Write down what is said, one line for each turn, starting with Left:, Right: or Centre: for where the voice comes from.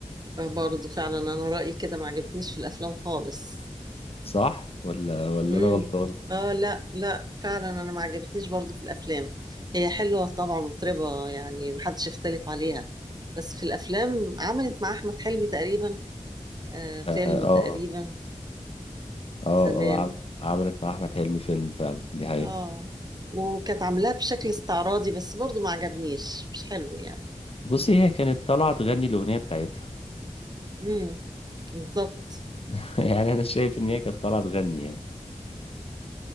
Right: آه، برضو فعلا انا رأيي كده ما عجبتنيش في الافلام خالص
Left: صح ولا ولا
Right: امم
Left: انا غلطان
Right: اه لا لا فعلا انا ما عجبتنيش برضو في الافلام هي حلوة طبعا مطربة يعني محدش يختلف عليها بس في الافلام عملت مع احمد حلمي تقريبا آه فيلم
Left: اه
Right: تقريبا
Left: اه اه آه،
Right: زمان
Left: عم- عملت مع احمد حلمي فيلم فعلا دي حقيقة
Right: اه وكانت عاملاه بشكل استعراضي بس برضو ما عجبنيش مش حلو يعني
Left: بصي هي كانت طالعة تغني الأغنية بتاعتها
Right: امم بالظبط
Left: <laughs> يعني انا شايف ان هي كانت طالعه تغني يعني